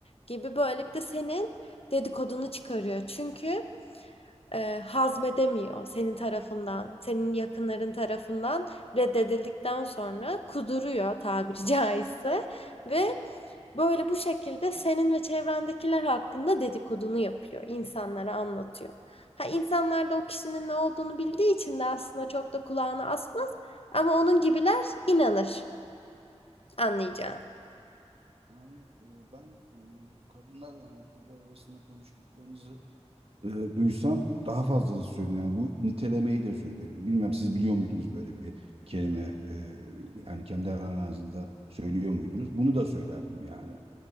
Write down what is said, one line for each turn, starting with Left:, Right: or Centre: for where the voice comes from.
Left: gibi böyle bir de senin dedikodunu çıkarıyor. Çünkü e, hazmedemiyor senin tarafından, senin yakınların tarafından reddedildikten sonra kuduruyor tabiri <laughs> caizse ve
Right: evet.
Left: Böyle bu şekilde senin ve çevrendekiler hakkında dedikodunu yapıyor, insanlara anlatıyor. Ha insanlar da o kişinin ne olduğunu bildiği için de aslında çok da kulağını asmaz ama onun gibiler inanır, anlayacağın.
Right: Yani e, ben e, kadınlar yani kızlar arasında konuştuklarınızı e, duysam daha fazlası söylerim. Yani bu nitelemeyi de söylerim. Bilmem siz biliyor muydunuz böyle bir kelime e, yani kendi aranızda söylüyor muydunuz? Bunu da söylerdim yani.